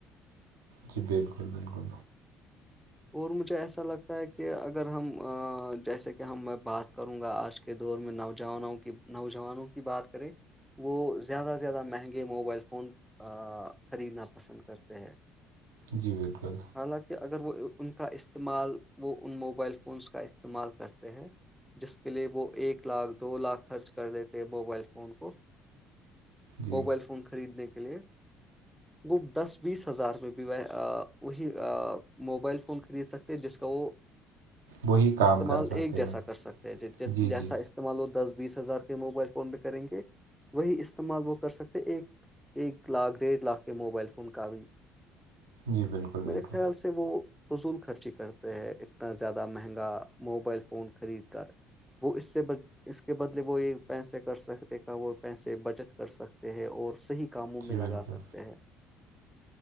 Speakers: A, on the right; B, in the centre.
A: جی بالکل بالکل
B: اور مجھے ایسا لگتا ہے کہ اگر ہم جیسے کہ ہم میں بات کروں گا آج کے دور میں نوجوانوں کی نوجوانوں کی بات کریں وہ زیادہ سے زیادہ مہنگے موبائل فون خریدنا پسند پسند کرتے ہیں
A: جی بالکل
B: حالانکہ اگر وہ ان کا استعمال وہ ان موبائل فونس کا استعمال کرتے ہیں جس کے لیے وہ ایک لاکھ دو لاکھ خرچ کر لیتے موبائل فون کو
A: جی
B: موبائل فون خریدنے کے لیے وہ دس بیس ہزار میں بھی وہی موبائل فون خرید سکتے جس کا وہ
A: وہی کام
B: استعمال
A: کر سکتے
B: ایک جیسا
A: ہیں
B: کر سکتے ہیں
A: جی
B: جیسا
A: جی
B: استعمال وہ دس بیس ہزار کے موبائل فون پ کریں گے وہی استعمال وہ کر سکتے ایک ایک لاکھ ڈیڑھ لاکھ کے موبائل فون کا بھی
A: جی بالکل بالکل
B: میرے خیال سے وہ فضول خرچی کرتے ہیں اتنا زیادہ مہنگا موبائل فون خرید کر وہ اس سے بل اس کے بدلے وہ ایک پیسے کر سکتے کا وہ پیسے بچت کر سکتے ہیں اور صحیح کاموں میں
A: جی
B: لگا
A: بالکل
B: سکتے ہیں